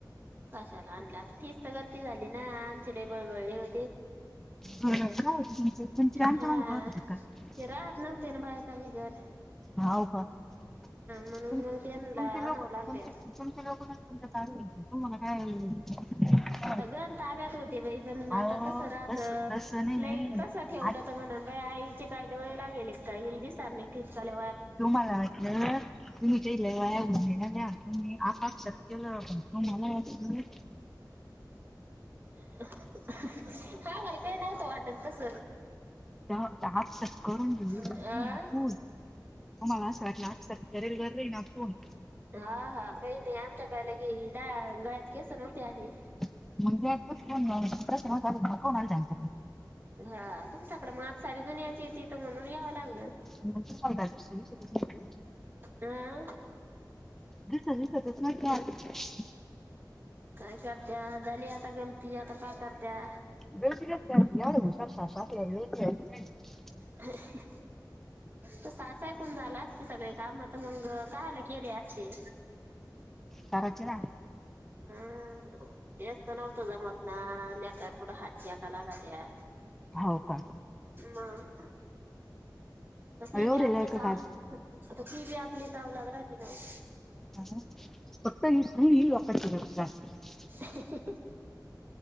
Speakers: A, on the right; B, in the centre.
A: कशाला आणला तर तीच तर गलती झाली, ना आमचेला बळबळले हो.
B: हो जा होत तुम तुमचे आमच्या
A: हा
B: मागे पाहत होते का <unintelligible>
A: ते राहत नव्हते ना, बायका बगर.
B: होव का तूम
A: म्हणून मग त्यांना
B: तुमचे
A: आणावं
B: लोक तुमचे
A: लागल्या
B: तुमचे लोक म्ह काय म का आहे.
A: गण ताब्यात होते बाई, पण आता
B: अहो
A: कसं राहत
B: तस तसं नाही
A: लई तस ठेवलं
B: आज
A: तर,. म्हणा बा आईचे काय डोळे लागेल का दिसार नाही कका.
B: तमला वाटलं, तुम्हीच्या इ वया उ झाल्या तुम्ही आपाप. केलाण तो मला वाटला.
A: हा मला काही नव्हतं, वाटत तस.
B: च आ करून दिली
A: अ
B: ना पू हो मला असं वाटल, आ सत्तर गरलं ना फोन.
A: हा हा काही नाही आमच्याकला की, ग- गळ्यात केस नव्हते आली.
B: <unintelligible>
A: हा तुमच्याकड मा सारेजन यायचे तीथं, म्हणून याव लागलं.
B: मग तुम्हाला काय दुसरं दिसतच नाही
A: अं..
B: दिसत दिसत ठेवलं नाहील <inaudible>
A: काय करत्या झाली आता गलती, आता काय करत्या.
B: <unintelligible>
A: अं हं. त साच ऐकून झाला असते, सगळे काम तर मग काय अले केले असते.
B: करायची ना
A: अमं.. तेच त नव्हतं जमत ना, लेकापुढे हात टेक लागत्या.
B: हो का.
A: मग. तशी
B: एवढे
A: बी आपलीच
B: लायक
A: सा
B: काय?
A: तशी ती बी आपलीच लग्नाची औलाद राहतील नव्हं.
B: <inaudible> फक्त ही <unintelligible>
A: हं..